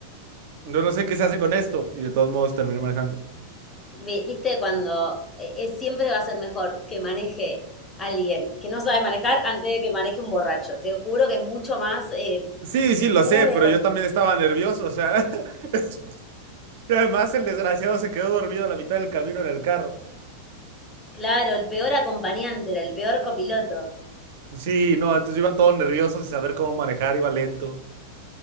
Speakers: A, on the right; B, on the left.
A: yo no sé qué se hace con esto. Y de todos modos terminé manejando.
B: vi- viste, cuando eh, eh, siempre va a ser mejor que maneje alguien que no sabe manejar antes de que maneje un borracho. Te juro que es mucho más, eh,
A: Sí, sí, lo sé,
B: menos riesgoso.
A: pero yo también estaba nervioso, o sea. <laughs> Y además, el desgraciado se quedó dormido a la mitad del camino en el carro.
B: Claro, el peor acompañante era el peor copiloto.
A: Sí, no, entonces yo iba todo nervioso sin saber cómo manejar, iba lento.